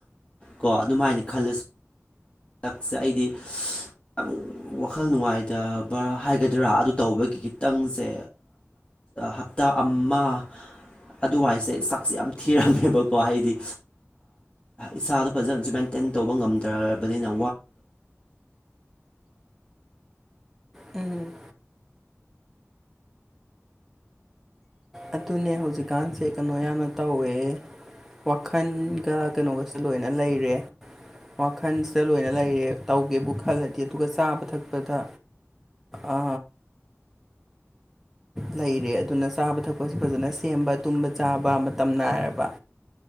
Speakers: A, on the left; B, in the centre.
A: ꯀꯣ ꯑꯗꯨꯝꯥꯏꯅ ꯈꯜꯂꯁꯨ ꯍꯟꯗꯛꯁꯦ ꯑꯩꯗꯤꯈꯤ ꯋꯥꯈꯜ ꯅꯨꯡꯉꯥꯏꯗ ꯕ ꯍꯥꯏꯒꯗ꯭ꯔꯥ ꯑꯗꯨ ꯇꯧꯕꯒꯤ ꯈꯤꯇꯪꯁꯦ ꯍꯞꯇꯥ ꯑꯃ ꯑꯗꯨꯋꯥꯏꯁꯦ ꯁꯛꯁꯦ ꯌꯥꯝ ꯊꯤꯔꯝꯃꯦꯕꯀꯣ ꯍꯥꯏꯗꯤ ꯏꯁꯥꯗꯣ ꯐꯖꯅꯁꯨ ꯃꯦꯟꯇ ꯔꯕꯅꯤꯅ
B: ꯎꯝ ꯑꯗꯨꯅꯦ ꯍꯧꯖꯤꯛꯀꯥꯟꯁꯦ ꯀꯩꯅꯣ ꯌꯥꯝꯅ ꯇꯧꯋꯦ ꯋꯥꯈꯜꯒ ꯀꯩꯅꯣꯒꯁꯨ ꯂꯣꯏꯅ ꯂꯩꯔꯦ ꯋꯥꯈꯜꯁꯤꯗ ꯂꯣꯏꯅ ꯂꯩꯔꯦ ꯇꯧꯒꯦꯕꯨ ꯈꯜꯂꯗꯤ ꯑꯗꯨꯒ ꯆꯥꯕ ꯊꯛꯄꯗ ꯑ ꯂꯩꯔꯦ ꯑꯗꯨꯅ ꯆꯥꯕ ꯊꯛꯄꯁꯨ ꯐꯖꯅ ꯁꯦꯝꯕ ꯇꯨꯝꯕ ꯆꯥꯕ ꯃꯇꯝ ꯅꯥꯏꯔꯕ